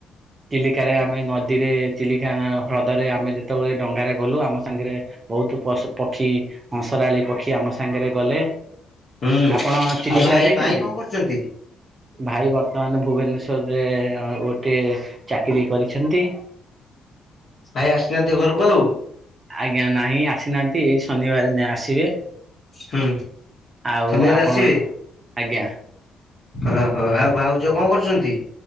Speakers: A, on the right (about 35°); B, on the left (about 55°).
A: ଚିଲିକାରେ ଆମେ ନ ନଦୀରେ ଚିଲିକା ହ୍ରଦରେ ଆମେ ଯେତେବେଳେ ଡଙ୍ଗାରେ ଗଲୁ ଆମ ସାଙ୍ଗରେ ବହୁତ ପ ପକ୍ଷୀ ହଁସରାଳି ପକ୍ଷୀ ଆମ ସାଙ୍ଗରେ ଗଲେ।
B: ହୁଁ
A: ଆପଣ ଚିଲିକା
B: ଆଉ ଭାଇ
A: ଯାଇଛନ୍ତି
B: ଭାଇ କଣ କରୁଛନ୍ତି
A: ଭାଇ ବର୍ତ ମାନେ ଭୁବନେଶ୍ଵରରେ ଗୋଟେ ଚାକିରୀ କରିଛନ୍ତି।
B: ଭାଇ ଆସିନାହାନ୍ତି ଘରକୁ ଆଉ?
A: ଆଜ୍ଞା ନାହିଁ ଆସିନାହାନ୍ତି ଶନିବାର ଆସିବେ।
B: ହୁଁ
A: ଆଉ
B: ଶନିବାର
A: ଆପଣଙ୍କ
B: ଆସିବେ?
A: ଆଜ୍ଞା
B: ଓ ହୋ ଆଉ ଭାଉଜ କଣ କରୁଛନ୍ତି?